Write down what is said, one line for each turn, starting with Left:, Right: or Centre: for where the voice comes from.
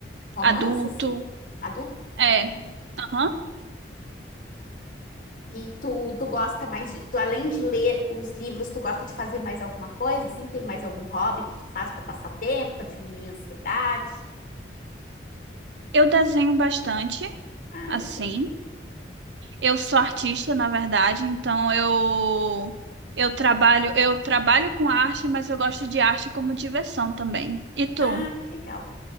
Left: Romance,
Right: adulto.
Left: assim? Adulto?
Right: É.
Left: Uhum.
Right: aham.
Left: E tu, tu gosta mais de, tu, além de ler os livros, tu gosta de fazer mais alguma coisa? Assim, tem mais algum hobby que tu faz para passar o tempo, para diminuir a ansiedade?
Right: Eu desenho bastante,
Left: Ah,
Right: assim.
Left: desenhar.
Right: Eu sou artista, na verdade, então eu eu trabalho, eu trabalho com arte, mas eu gosto de arte como diversão também. E tu?
Left: Ah, que legal.